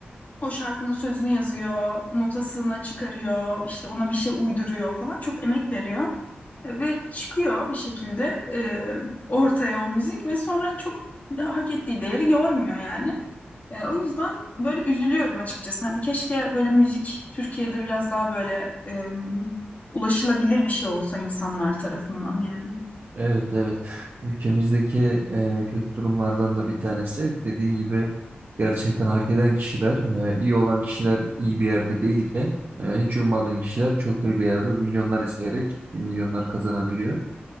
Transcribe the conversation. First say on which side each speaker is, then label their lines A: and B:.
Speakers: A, on the left (about 40°); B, on the right (about 55°).
A: O şarkının sözünü yazıyor, notasını çıkarıyor, işte ona bir şey uyduruyor falan. Çok emek veriyor E, ve çıkıyor bir şekilde e, ortaya o müzik ve sonra çok da hak ettiği değeri görmüyor yani. E, o yüzden böyle üzülüyorum açıkçası. Hani keşke böyle müzik Türkiye'de biraz daha böyle e, ulaşılabilir bir şey olsa insanlar tarafından yani.
B: Evet evet. Ülkemizdeki e, kötü durumlardan da bir tanesi. Dediğin gibi gerçekten hak eden kişiler, e, iyi olan kişiler iyi bir yerde değilken e, hiç ummadığın kişiler çok iyi bir yerde milyonlar izleyerek milyonlar kazanabiliyor.